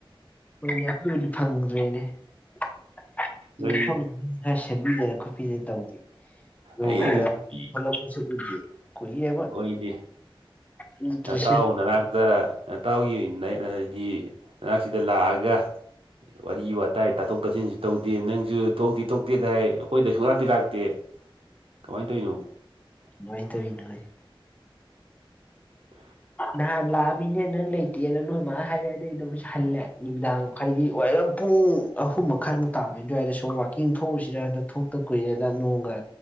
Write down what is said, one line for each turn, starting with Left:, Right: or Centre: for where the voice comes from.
Left: ꯍꯣꯏꯅꯦ ꯑꯩꯈꯣꯏꯕꯨꯗꯤ ꯐꯪꯗ꯭ꯔꯦꯅꯦ ꯑꯟꯏꯟꯇꯦꯜꯂꯤꯖꯦꯕꯜ
Right: ꯅꯪ
Left: ꯁꯦꯝꯕꯤꯗꯅ ꯈꯣꯠꯄꯤꯗꯅ ꯇꯧꯗꯦ ꯅꯣꯛꯃꯇ
Right: ꯑꯩꯅ ꯅꯪ ꯅꯨꯄꯤ
Left: ꯊꯣꯛꯂꯛꯄꯁꯨ ꯎꯗꯦ ꯀꯨꯏꯔꯦꯕ
Right: ꯍꯣꯏꯅꯦ
Left: ꯎꯗ꯭ꯔꯤꯁꯦ
Right: ꯅꯇꯥꯎ ꯅꯅꯥꯛꯇ ꯅꯇꯥꯎꯒꯤ ꯑꯦ ꯍꯥꯏꯗꯤ ꯃꯅꯥꯛꯁꯤꯗ ꯂꯥꯛꯑꯒ ꯋꯥꯔꯤ ꯋꯥꯇꯥꯏ ꯇꯥꯊꯣꯛ ꯇꯥꯁꯤꯟꯁꯨ ꯇꯧꯗꯦ ꯅꯪꯁꯨ ꯊꯣꯛꯇꯤ ꯊꯣꯛꯇꯦꯗ ꯍꯥꯏ ꯑꯩꯈꯣꯏꯗ ꯁꯨꯡꯂꯥꯛꯇꯤ ꯂꯥꯛꯇꯦ ꯀꯃꯥꯏꯅ ꯇꯧꯔꯤꯅꯣ
Left: ꯃꯥꯏꯅ ꯇꯧꯏꫪꯅ‌ꯣꯍ‌ꯦ
Right: ꯑꯟꯑꯣꯗꯤꯕꯜ
Left: ꯅꯍꯥꯟ ꯂꯥꯛꯑꯝꯃꯤꯅꯦ ꯅꯪ ꯂꯩꯇꯦꯅ ꯅꯣꯏ ꯃꯥ ꯍꯥꯏꯔꯛꯦꯗꯩꯗꯝ ꯍꯜꯂꯦ ꯅꯨꯃꯤꯗꯥꯡ ꯍꯥꯏꯗꯤ ꯋꯥꯔꯝ ꯄꯨꯡ ꯑꯍꯨꯝ ꯃꯈꯥꯏꯃꯨꯛ ꯇꯥꯕ ꯑꯗꯨꯋꯥꯏꯗ ꯁꯣꯝ ꯋꯥꯀꯤꯡ ꯊꯣꯛꯎꯨꯁꯤꯔ ꯍꯗ ꯊꯣꯛꯇ ꯀꯨꯏꯔꯦꯅ ꯅꯣꯡꯒ